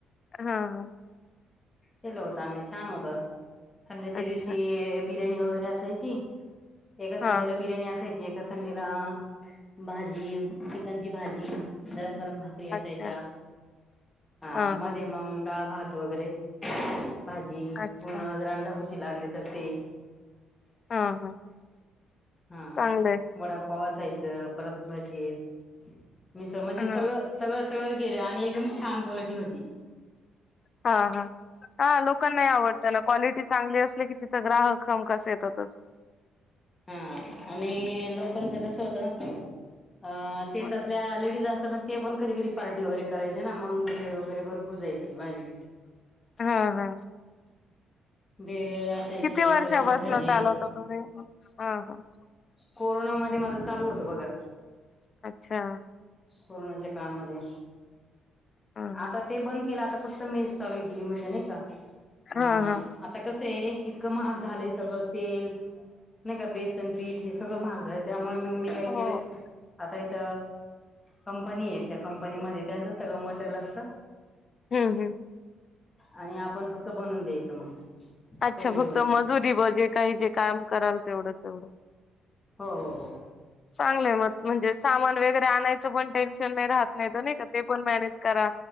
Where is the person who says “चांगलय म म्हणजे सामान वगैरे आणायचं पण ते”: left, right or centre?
Left